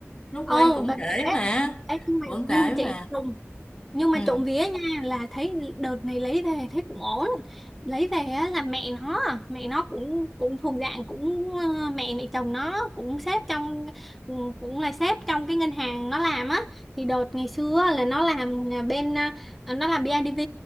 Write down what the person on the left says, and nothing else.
lúc
quen cũng
kể
mà
cũng
kể
mà
ừ